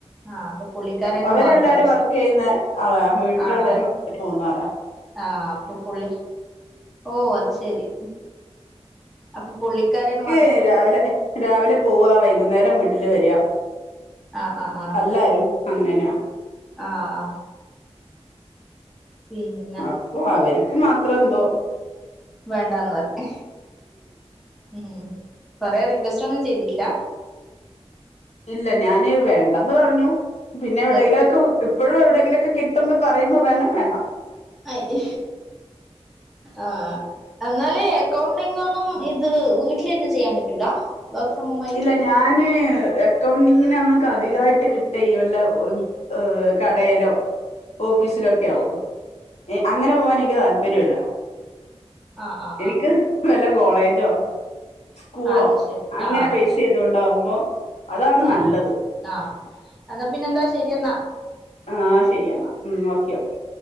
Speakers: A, in the centre; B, on the left.
A: ആഹ് അപ്പൊ പുള്ളിക്കാരൻക്ക്
B: അവരെല്ലാരും
A: മാത്ര പ്രശ്നം
B: വർക്ക് ചെയ്യുന്ന ആളാ വീട്ടിലെല്ലാരും
A: ആളാ
B: വർക്ക് ചെയ്യാൻ പോകുന്നവരാ
A: ആഹ് അപ്പൊ പുള്ളി ഓഹ് അത് ശെരി അപ്പൊ പുള്ളിക്കാരന് മാ
B: ക്കെ രാവിലെ രാവിലെ പോവ്വാ വൈകുന്നേരം വീട്ടില് വെര
A: ആഹ് ആഹ് ആഹ്
B: എല്ലാരും അങ്ങനെ തന്നെയ
A: ആഹ് പിന്നെ
B: അപ്പൊ അവരിക്ക് മാത്രന്തോ
A: വേണ്ടാന്ന് പറഞ് ഉം കൊറേ റിക്വസ്റ്റ് ഒന്നും ചെയ്തിട്ടില്ല?
B: ഇല്ല ഞാന് വേണ്ടെന്ന് പറഞ്ഞു പിന്നെ എവിടെങ്കിലൊക്കെ
A: നിർത്തി
B: ഇപ്പ ഴും എവിടെങ്കിലൊക്കെ കിട്ടുമ്പം പറയുമ്പോ പറഞ്ഞു വേണ്ട
A: അയ് ആഹ് എന്നാല് അക്കൗണ്ടിംങ്ങൊന്നും ഇത് വീട്ടിലിരുന്ന് ചെയ്യാൻ പറ്റൂല വർക്ക് ഫ്രം ഹോമായിട്ട്?
B: ഇല്ല ഞാന് ഏഹ് അക്കൗണ്ടിങ്ങിന് നമ്മക്ക് അധികായിട്ട് കിട്ട ഈ വല്ല ഏഹ് കടേലോ ഓഫീസിലൊക്കെയാവും എഹ് അങ്ങനെ പോവാനെനിക്ക് താല്പര്യവില്ല
A: ആഹ് ആഹ്
B: എനിക്ക്
A: ആഹ്
B: വല്ല കോളേജോ സ്കൂളോ
A: ആഹ് അത് ശരി
B: അങ്ങനെ
A: ആഹ് അത് ശരി
B: ചെയ്ത് കൊണ്ടാവുമ്പോ അതാണ്
A: ആഹ്
B: നല്ലത്
A: ആഹ് എന്നാ പിന്നെന്താ ശരിയെന്ന
B: ആഹ് ശരിയെന്ന ഉം ഓക്കെ ഓക്കെ